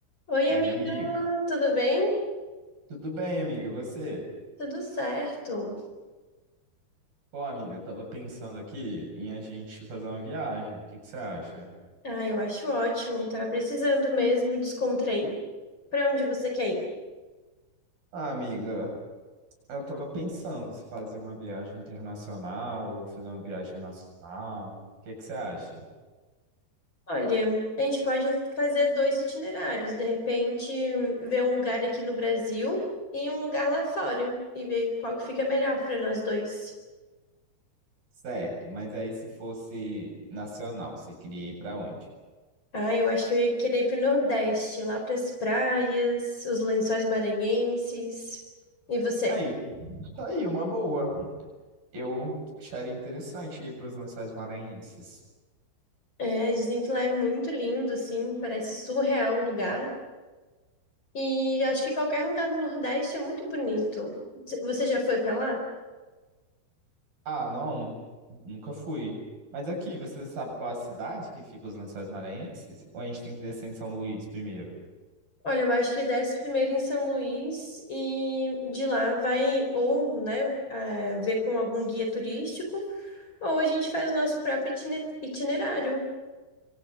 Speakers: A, on the left; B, on the right.
A: Oi,
B: Oi,
A: amiga,
B: amiga.
A: tudo bem?
B: Tudo bem, amiga? Você?
A: Tudo certo.
B: Pô, amiga, eu tava pensando aqui em a gente fazer uma viagem. O que que você acha?
A: Ah, eu acho ótimo. Tava precisando mesmo descontrair. Pra onde você quer ir?
B: Ah, amiga, eu tava pensando se fazer uma viagem internacional ou fazer uma viagem nacional. O que que você acha?
A: Olha, a gente pode fazer dois itinerários, de repente, ver um lugar aqui no Brasil e um lugar lá fora e ver qual que fica melhor pra nós dois.
B: Certo, mas aí se fosse nacional, você queria ir pra onde?
A: Ah, eu acho que eu ia querer ir pro Nordeste, lá pras praias, os Lençóis Maranhenses. E você?
B: Aí, tá aí, uma boa. Eu acharia interessante ir para os Lençóis Maranhenses.
A: É, dizem que lá é muito lindo, assim, parece surreal o lugar. E acho que qualquer lugar no Nordeste é muito bonito. C- Você já foi pra lá?
B: Ah, não, nunca fui. Mas aqui, você sabe qual é a cidade que fica os Lençóis Maranhenses? Ou a gente tem que descer em São Luís primeiro?
A: Olha, eu acho que desce primeiro em São Luís e de lá vai ou, né, eh, ver com algum guia turístico ou a gente faz o nosso próprio itine- itinerário.